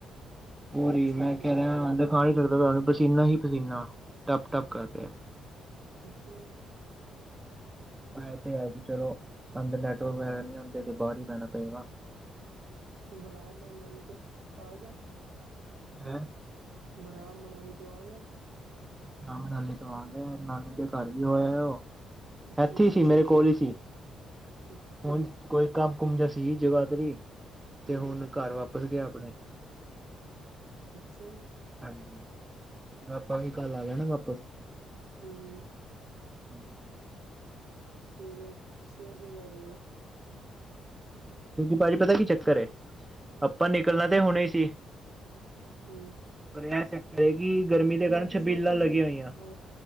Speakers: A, on the right; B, on the right.
A: ਹੋਹੀ
B: ਅੱਛਾ
A: ਮੈਂ
B: ਅੱਛਾ
A: ਕਹਿ ਰਿਹਾ ਆਲਮ ਖਾ ਚੱਕਦਾ ਨਹੀਂ ਪਸੀਨਾ ਹੀ ਪਸੀਨਾ ਟੱਪ ਟੱਪ ਕਰਕੇ
B: ਹੂ,,,
A: ਮੈ ਤੇ ਹੈ ਕਿ ਚਲੋ ਅੰਦਰ ਨੈਟਵਰਕ ਵਗੈਰਾ ਨਹੀਂ ਆਉਂਦੇ ਤੇ ਬਾਹਰ ਹੀ ਪੈਣਾ ਪਏਗਾ
B: ਬਰਾਮ ਮਨਾਲੀ ਤੋਂ ਆ ਗਿਆ
A: ਹੈ
B: ਬਰਾਮ ਮਨਾਲੀ ਤੋਂ ਆ ਗਿਆ
A: ਨਾਮ ਲਾਲੀ ਤੋਂ ਆਦ ਨਾਨੀ ਦੇ ਘਰ ਵੀ ਹੋਇਆ ਉਹ
B: ਅੱਛਾ
A: ਇੱਥੇ
B: ਅੱਛਾ
A: ਸੀ ਮੇਰੇ ਕੋਲ ਹੀ ਸੀ
B: ਤੇ ਫਿਰ
A: ਹੁਣ
B: ਹੂੰ
A: ਕੋਈ ਕੰਮ ਕੁਮ ਜਾ ਸੀ ਜੀ ਜਗਾ ਤੇਰੀ ਤੇ ਹੁਣ
B: ਹੂੰ
A: ਘਰ ਵਾਪਸ ਗਿਆ ਆਪਣੇ
B: ਅੱਛਾ ਜੀ
A: ਹਾਂ ਆਪਾ ਵੀ ਕੱਲ ਆ ਜਾਣਾ ਵਾਪਸ
B: ਹੂ ਹੂ,,,
A: <unintelligible>
B: ਸਵੇਰੇ ਸਵੇਰੇ ਸਵੇਰੇ ਆਜੋਗੇ
A: ਭਾਜੀ ਪਤਾ ਕੀ ਚੱਕਰ ਹੈ ਆਪਾਂ ਨਿਕਲਣਾ ਤੇ ਹੁਣਾ ਹੀ ਸੀ
B: ਹੂ,,,
A: ਪਰ ਇਹ ਚੱਕਰ ਹੈ ਕਿ ਗਰਮੀ ਦੇ ਕਾਰਨ
B: ਤੁਸੀਂ
A: ਛਬੀਲਾਂ ਲੱਗੀਆਂ ਹੋਈਆਂ
B: ਹਾਂ